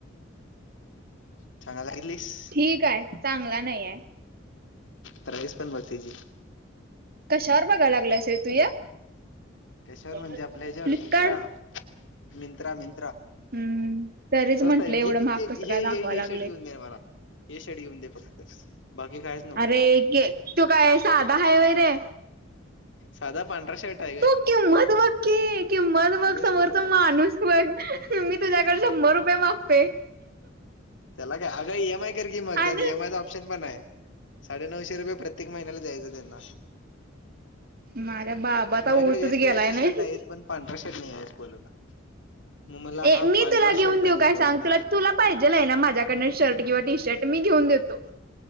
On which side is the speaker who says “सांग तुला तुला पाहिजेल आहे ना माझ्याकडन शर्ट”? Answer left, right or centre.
Right